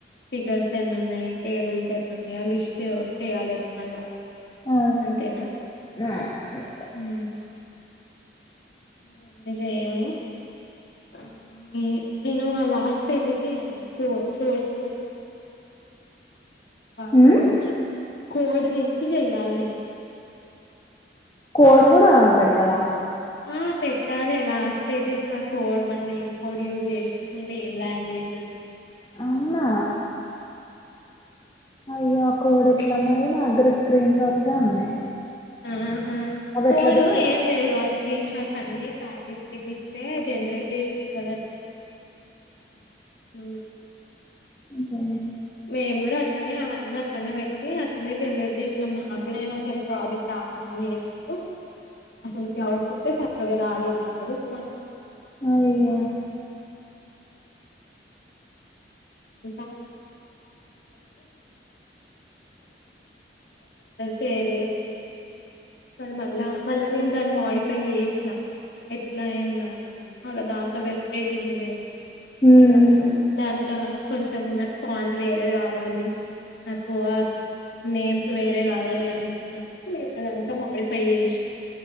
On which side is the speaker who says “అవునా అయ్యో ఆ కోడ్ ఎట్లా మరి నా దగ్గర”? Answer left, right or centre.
Left